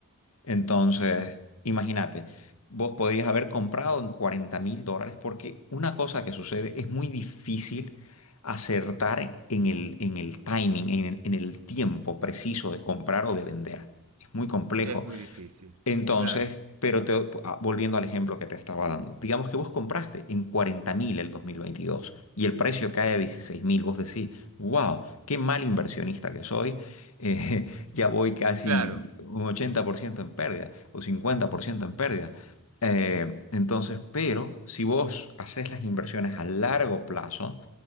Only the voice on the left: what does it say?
Entonces,
imagínate, vos podrías haber comprado en cuarenta mil dólares porque una cosa que sucede es muy difícil acertar en el, en el timing, en el, en el tiempo preciso de comprar o de vender. Es muy complejo.
Entonces,
pero te- ah, volviendo al ejemplo que te estaba dando, digamos que vos compraste en 40.000 el 2022 y el precio cae a 16.000, vos decís, wow, qué mal inversionista que soy, eh, <laughs> ya voy casi
un 80% en pérdida o 50% en pérdida. Eh, entonces, pero si vos haces las inversiones a largo plazo,